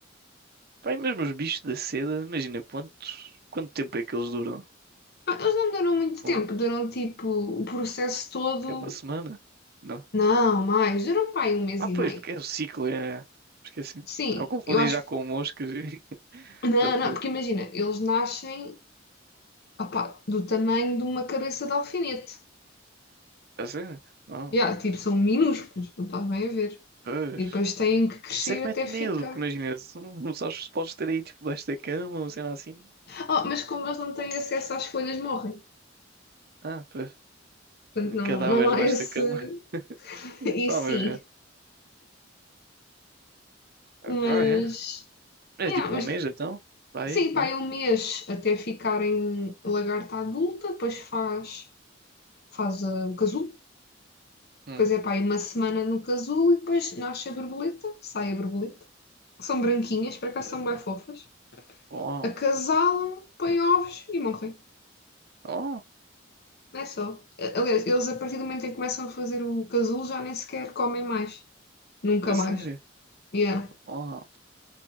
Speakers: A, on the right; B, on the left.
A: Pá, e mesmo os bichos da seda, imagina quantos, quanto tempo é que eles duram?
B: Ah, Eles não duram muito
A: Fogo.
B: tempo, duram tipo o processo todo.
A: Que é uma semana? Não.
B: Não, mais, duram para aí um mês
A: Ah,
B: e
A: pois,
B: meio.
A: porque é o ciclo, é. Esqueci.
B: Sim,
A: Estava a confundir
B: eu acho
A: já com moscas e- <laughs>
B: Não,
A: da fruta.
B: não, porque imagina, eles nascem, opá, do tamanho de uma cabeça de alfinete.
A: A sério? Oh,
B: Yeah, tipo, são minúsculos, não estás bem a ver.
A: pois.
B: E depois têm que crescer
A: Isso é que
B: até
A: mete
B: ficar.
A: medo, porque imagina, se não não sabes se podes ter aí tipo debaixo da cama, ou sei lá assim.
B: Oh, mas como eles não têm acesso às folhas, morrem.
A: Ah, pois.
B: Portanto, não,
A: Cadáveres
B: não há
A: debaixo
B: esse.
A: da cama. <laughs>
B: <laughs>
A: E
B: E
A: Pá,
B: sim,
A: mas é.
B: mas.
A: Pá, é. É
B: Yeah,
A: tipo
B: mas
A: um mês então? Para
B: sim,
A: aí,
B: pá,
A: não?
B: é um mês até ficarem lagarta adulta, depois faz, faz ah, o casulo.
A: Hum.
B: Depois é pá, aí uma semana no casulo e depois nasce a borboleta, sai a borboleta. São branquinhas, para cá são bem fofas.
A: Oh,
B: acasalam, põem ovos e morrem.
A: oh,
B: Não É só. Aliás, eles a partir do momento em que começam a fazer o casulo já nem sequer comem mais. Nunca
A: a
B: mais.
A: sério?
B: Yeah.
A: Oh,